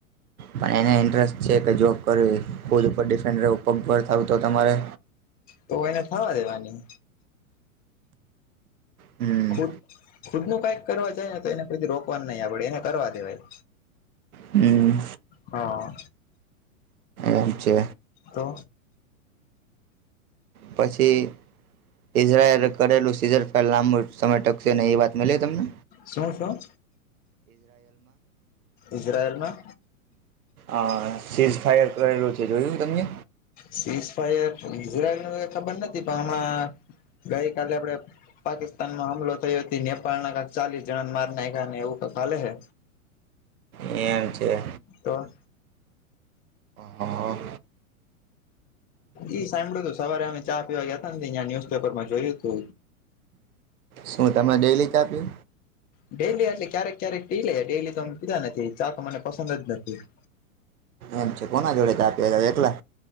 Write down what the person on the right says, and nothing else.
પણ એને ઇન્ટરેસ્ટ છે કે જોબ કરવી ખુદ ઉપર ડિફેન્ડ રહેવું પગ ઉપર થવું તો તમારે
હમ
હમ
એમ છે
પછી ઇઝરાયલ કરેલું સિઝર <unintelligible> લાંબુ સમય ટકશેને નહીં એ વાત મળી તમને
અ સીઝ ફાયર કરેલું છે જોયું તમને
એમ છે
હા
શું તમે ડેલી ચા આપી
એમ છે કોના જોડે ચા પીવા જાઓ એકલા